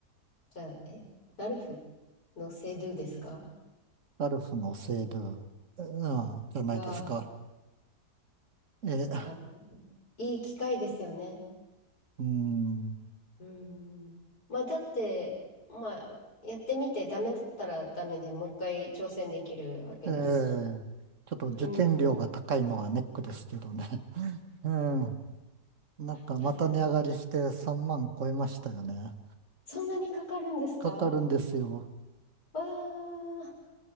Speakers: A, on the left (about 65°); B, on the right (about 50°).
A: じゃあ、え、ダルフのセドゥですか
B: ダルフのセイドゥ、うん、じゃないですか。
A: が、
B: えー
A: あー、いい機会ですよね。
B: うん。
A: うんまあ、だって、まあ、やってみてダメだったらダメでもう一回挑戦できるわけですし。
B: えーちょっと受験料が高いのがネックですけどね。
A: うん。
B: うん。なんかまた値上がりして3万超えましたよね。
A: いや、そうです。そんなにかかるんですかわ
B: かかるんですよ。
A: ー。